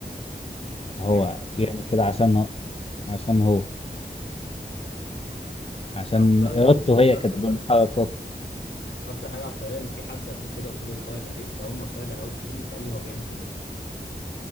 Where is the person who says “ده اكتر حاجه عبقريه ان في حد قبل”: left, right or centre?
Left